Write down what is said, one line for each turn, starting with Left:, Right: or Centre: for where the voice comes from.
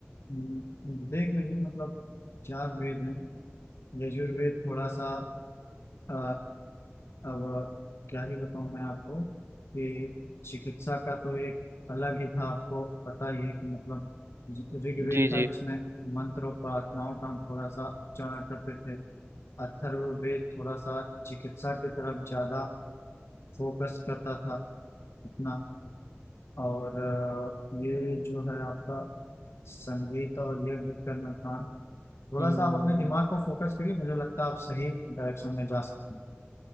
Left: हम्म, देख लीजिए मतलब चार वेद हैं यजुर्वेद थोड़ा सा अ, अब क्या ही बताऊँ मैं आपको कि चिकित्सा का तो एक अलग ही था आपको पता ही है कि मतलब ऋग्वेद
Right: जी जी
Left: था जिसमें मंत्र और प्रार्थनाओं का हम थोड़ा सा उच्चारण करते थे अथर्ववेद थोड़ा सा चिकित्सा की तरफ ज्यादा फोकस करता था अपना और अ, ये जो है आपका संगीत और ये विक्रम कांड थोड़ा
Right: हम्म
Left: सा आप अपने दिमाग को फोकस करिए मुझे लगता है आप सही डायरेक्शन में जा सकते हैं